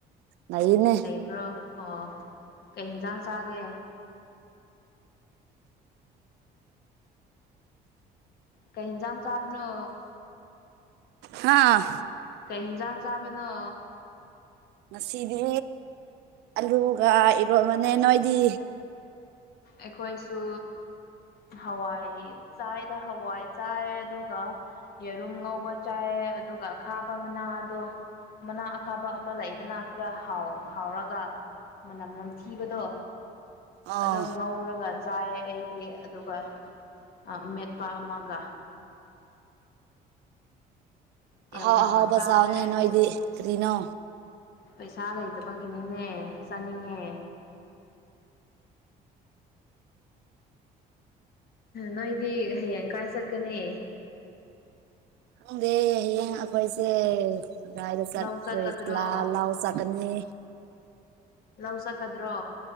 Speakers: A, on the right; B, on the left.
A: ꯂꯩꯅꯦ
B: ꯕ꯭ꯔꯣ ꯍꯣ ꯀꯩ ꯍꯤꯟꯖꯥꯡ ꯆꯥꯒꯦ ꯀꯩ ꯏꯟꯖꯥ ꯆꯥꯕꯅꯣ
A: ꯍꯥꯥ
B: ꯀꯩ ꯍꯤꯟꯖꯥꯡ ꯆꯥꯕꯅꯣ
A: ꯉꯁꯤꯗꯤ ꯑꯂꯨꯒ ꯏꯔꯣꯟꯕꯅꯦ ꯅꯣꯏꯗꯤ
B: ꯑꯦꯈꯣꯏꯁꯨ ꯍꯋꯥꯏ ꯆꯥꯏꯗ ꯍꯋꯥꯏ ꯆꯥꯏ ꯑꯗꯨꯒ ꯌꯦꯔꯨꯝ ꯉꯧꯕ ꯆꯥꯏꯌꯦ ꯑꯗꯨꯒ ꯑꯈꯥꯕ ꯃꯅꯥꯗꯣ ꯃꯅꯥ ꯑꯈꯥꯕ ꯑꯃ ꯂꯩꯗꯅ ꯈꯔꯥ ꯍꯥꯎ ꯍꯥꯎꯔꯒ ꯃꯅꯝ ꯅꯝꯊꯤꯕꯗꯣ
A: ꯑꯣ
B: ꯗꯣ ꯉꯧꯔꯒ ꯆꯥꯏꯌꯦ ꯑꯩꯗꯤ ꯑꯗꯨꯒ ꯑꯥ ꯃꯦꯠꯄ ꯑꯃꯒ ꯌꯥꯝ
A: ꯑꯥꯍꯥꯎ
B: ꯍꯥꯎꯅ
A: ꯍꯥꯎꯕ
B: ꯆꯥꯈ꯭ꯔꯦ
A: ꯆꯥꯎꯅꯦ
B: ꯑꯩꯗꯤ
A: ꯅꯣꯏꯗꯤ ꯀꯔꯤꯅꯣ
B: ꯄꯩꯁꯥ ꯂꯩꯇꯕꯒꯤꯅꯤꯅꯦ ꯆꯥꯅꯤꯡꯉꯦ ꯅꯣꯏꯗꯤ ꯍꯌꯦꯡ ꯀꯥꯏ ꯆꯠꯀꯅꯤ
A: ꯈꯪꯗꯦ ꯍꯌꯦꯡ ꯑꯩꯈꯣꯏꯁꯦ ꯀꯗꯨꯥꯏꯗ ꯆꯠꯇꯣꯏ
B: ꯂꯧ ꯆꯠꯀꯗ꯭ꯔꯣ
A: ꯂꯥ ꯂꯧ ꯆꯥꯛꯀꯅꯤ
B: ꯂꯧ ꯆꯠꯀꯗ꯭ꯔꯣ